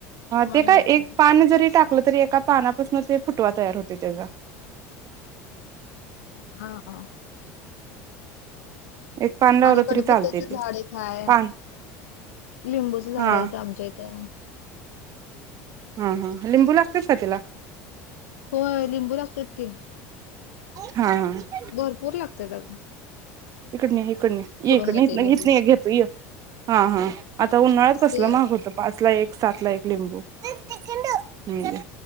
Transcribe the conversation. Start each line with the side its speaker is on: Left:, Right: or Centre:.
Left: मला
Right: ते काय
Left: माहित
Right: एक
Left: नाही. ते.
Right: पान जरी टाक तरी एका पानापासून ते फुटवा तयार होत त्याजा
Left: हा, हा
Right: एक पान लावलं
Left: आणि कडपत्त्याच
Right: तरी चालते
Left: झाड
Right: ते
Left: एक हाय
Right: पान
Left: लिंबूचं झाड
Right: हा
Left: हाय इथं आमच्या इथं
Right: हा, हा लिंबू लागत्यात का त्याला
Left: हो लिंबू लागतेत की
Right: हा, हा
Left: भरपूर लागते त्यात
Right: हिकडन ये, हिकडन ये ये इकडन
Left: मिळते
Right: हितनं इकड
Left: लिंबू
Right: घेत नाही घेतो ये हा, हा आता उन्हाळ्यात कसल
Left: ते
Right: महाग होत पाच ला एक, सात ला एक लिंबू हम्म